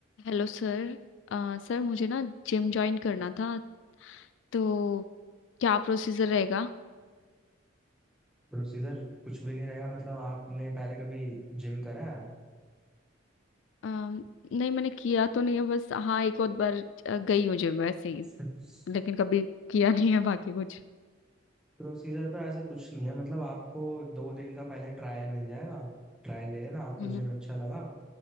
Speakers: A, on the left (about 65°); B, in the centre.
A: Hello sir अ, Sir मुझे ना gym join करना था तो क्या प्रोसीजर रहेगा
B: Procedure कुछ भी नहीं रहेगा मतलब आपने पहले कभी जिम करा है
A: अम, नहीं मैंने किया तो नहीं है बस हाँ एक और बार अ, गई हूँ जिम वैसे ही
B: <laughs>
A: लेकिन कभी किया नहीं है बाकी कुछ
B: प्रोसीजर तो ऐसा कुछ नहीं है मतलब आपको दो दिन का पहले ट्रायल मिल जाएगा ट्रायल ले लेना आपको
A: हम्म
B: जिम अच्छा लगा